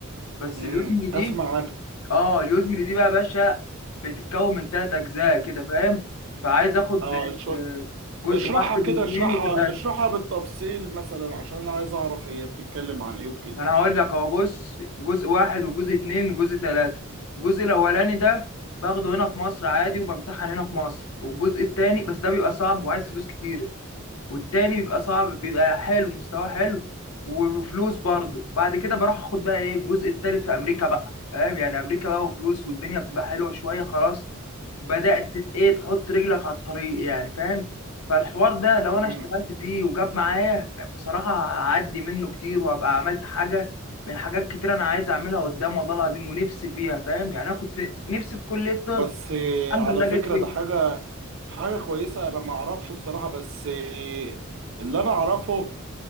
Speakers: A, on the left (about 80°); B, on the right (about 65°).
A: بس
B: امم
A: اليوزملي دي
B: اسمع عنها
A: اه اليوزمري دي بقى يا باشا بتتكون من ثلاث اجزاء كده فاهم فعايز اخد
B: اه اشر-
A: آه، جزء
B: اشرحها
A: واحد
B: كده
A: واثنين
B: اشرحها
A: وثلاثه
B: اشرحها بالتفصيل مثلا عشان انا عايز اعرف هي بتتكلم عن ايه وكده
A: ما انا هقول لك اهو بص جزء واحد وجزء اثنين وجزء ثلاثه الجزء الاولاني ده باخده هنا في مصر عادي وبمتحن هنا في مصر والجزء الثاني بس ده بيبقى صعب وعايز فلوس كتير والتاني بيبقى صعب بيبقى حلو مستواه حلو وفلوس برضه بعد كده بروح اخد بقى ايه الجزء التالت في امريكا بقى فاهم يعني امريكا بقى وفلوس والدنيا بتبقى حلوه شويه خلاص بدات تت- ايه تحط رجلك على الطريق يعني فاهم فالحوار ده لو انا
B: امم
A: اشتغلت فيه وجاب معايا بصراحه هعدي منه كتير وهبقى عملت حاجه من حاجات كتير انا عايز اعملها قدام والله العظيم ونفسي فيها فاهم يعني انا كنت نفسي في كليه طب
B: بس آه،
A: الحمد
B: على
A: لله
B: فكرة
A: جت فيها
B: ده حاجة حاجة كويسة انا ما اعرفش بصراحة بس آه، اللي انا اعرفه